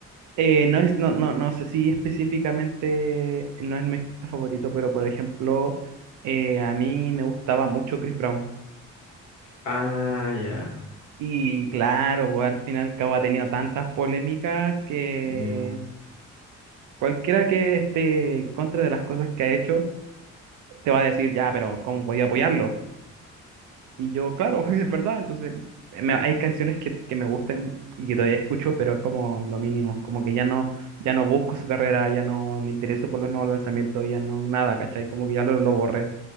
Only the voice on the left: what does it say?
Ah, ya.
Sí, bo.